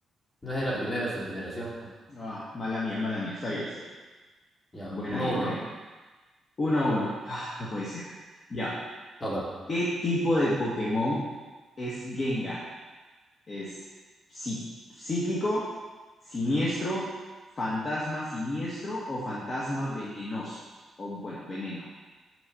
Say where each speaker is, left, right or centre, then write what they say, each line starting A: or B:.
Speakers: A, on the left; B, on the left.
A: No es de la primera se- generación.
B: Ah, mala mía, mala mía. Está bien, está bien.
A: Ya,
B: Buena
A: Uno
B: ahí,
A: uno,
B: buena ahí. 1 uno. Ah, no puede ser. Ya.
A: Toca.
B: ¿Qué tipo de Pokémon es Gengar? ¿Es psí- psíquico, siniestro, fantasma siniestro o fantasma venenoso? O bueno, veneno.